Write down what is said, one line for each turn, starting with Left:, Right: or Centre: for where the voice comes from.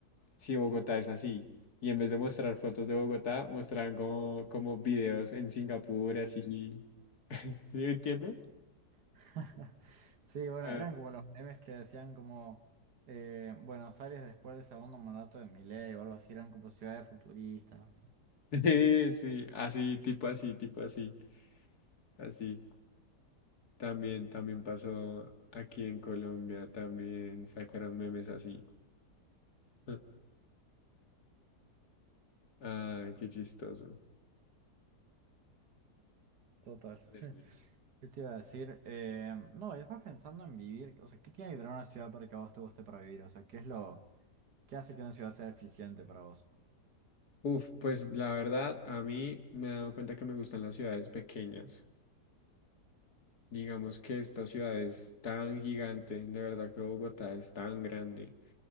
Left: Si Bogotá es así. Y en vez de mostrar fotos de Bogotá, mostraban como, como videos en Singapur, así. <laughs> ¿Sí me entiendes?
Right: <laughs> Sí, bueno,
Left: Bueno,
Right: eran como los memes que decían como eh, Buenos Aires después del segundo mandato de Milei o algo así, eran como ciudades futuristas, no sé.
Left: <laughs> sí, sí, así, tipo así, tipo así, así. También, también pasó aquí en Colombia, también sacaron memes así. <laughs> Ay, qué chistoso.
Right: Total.
Left: Pero
Right: <laughs>
Left: bueno.
Right: ¿Qué te iba a decir? Eh, no, y después pensando en vivir, o sea, ¿qué tiene que tener una ciudad para que a vos te guste para vivir? O sea, ¿qué es lo, qué hace que una ciudad sea eficiente para vos?
Left: Uf, pues la verdad, a mí me he dado cuenta que me gustan las ciudades pequeñas. Digamos que esta ciudad es tan gigante, de verdad que Bogotá es tan grande